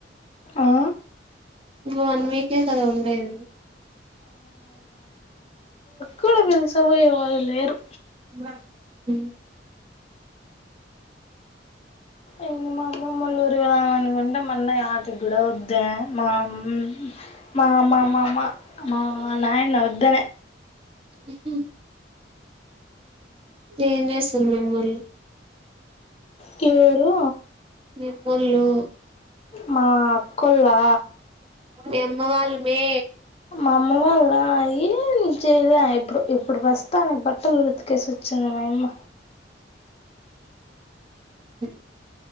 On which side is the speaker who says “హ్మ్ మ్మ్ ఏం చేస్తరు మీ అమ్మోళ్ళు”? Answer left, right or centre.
Right